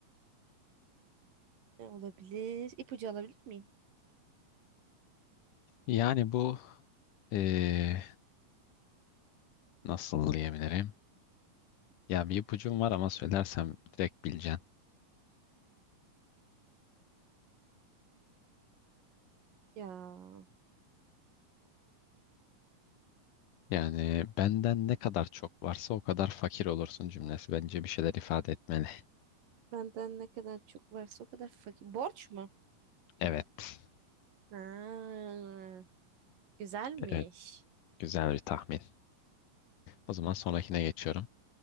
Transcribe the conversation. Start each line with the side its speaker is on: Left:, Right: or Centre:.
Right: Ne olabilir? İpucu alabilir miyim?
Left: yani bu e, nasıl diyebilirim? Ya bir ipucum var ama söylersem direkt bileceksin.
Right: Ya
Left: Yani benden ne kadar çok varsa o kadar fakir olursun cümlesi bence bir şeyler ifade etmeli.
Right: benden ne kadar çok varsa o kadar fakir. Borç mu?
Left: Evet.
Right: Ha, güzelmiş.
Left: Evet. Güzel bir tahmin. O zaman sonrakine geçiyorum.